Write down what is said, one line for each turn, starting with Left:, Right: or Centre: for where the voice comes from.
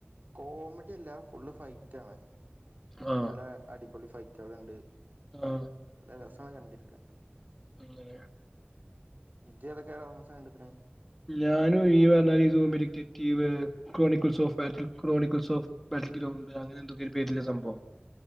Right: കോമഡി അല്ല ഫുള്ള് ഫൈറ്റാണ്
Centre: ആ
Right: നല്ല അടിപൊളി ഫൈറ്റ്കൾണ്ട്
Centre: ആ
Right: നല്ല രസമാണ് കണ്ടിരിക്കാൻ
Centre: ഉം ല്ലേ
Right: ഇയ്യേതൊക്കെ കേഡ്രമ്സാ കണ്ട്ക്ണ്
Centre: ഞാനും ഈ പറഞ്ഞാൽ ഇത് സൂംബ്ഡിക്റ്റ്റ്റീവ് chronicles of fat chronicles of battle ground അങ്ങനെ എന്തൊക്കെ ഒരു പേരില സംഭവം